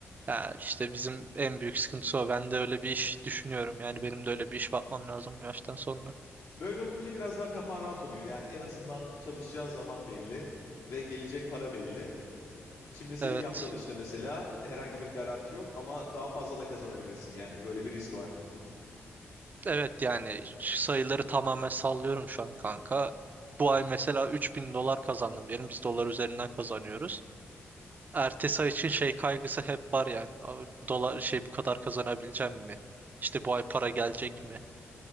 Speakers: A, on the right; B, on the left.
A: Ha, işte bizim en büyük sıkıntısı o. Ben de öyle bir iş düşünüyorum. Yani benim de öyle bir iş bakmam lazım bu yaştan sonra.
B: Böyle olunca biraz daha kafan rahat oluyor. Yani en azından çalışacağın zaman belli ve gelecek para belli. Şimdi senin
A: Evet.
B: yaptığın işte mesela herhangi bir garanti yok ama daha fazla da kazanabilirsin yani. Böyle bir risk var.
A: Evet yani sayıları tamamen sallıyorum şu an kanka. Bu ay mesela 3000 dolar kazandım diyelim. Biz dolar üzerinden kazanıyoruz. Ertesi ay için şey kaygısı hep var yani. Abi Bu dolar şey bu kadar kazanabileceğim mi? İşte bu ay para gelecek mi?